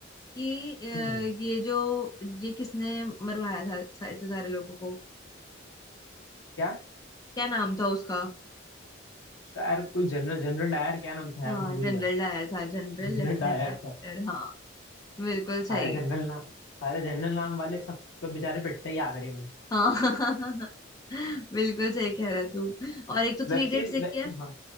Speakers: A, on the left (about 20°); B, on the left (about 75°).
A: कि अ,
B: हम्म
A: ये जो ये किसने मरवाया था सा- इतने सारे लोगों को
B: क्या
A: क्या नाम था उसका
B: उसका यार कोई जनरल जनरल डायर क्या नाम था
A: हाँ
B: यार मैं भूल
A: जनरल
B: गया
A: डायर था जनरल
B: जनरल
A: लेफ्टिनेंट
B: डायर
A: डायर
B: था
A: हाँ बिल्कुल
B: सारे
A: सही
B: जनरल नाम सारे जनरल नाम वाले सब सब बेचारे पिटते ही आखिरी में
A: हाँ <laughs> बिल्कुल सही कह रहा तू और एक तो थ्री
B: वेब
A: इडियट्स
B: सीरीज
A: देखी
B: वे,
A: है
B: हाँ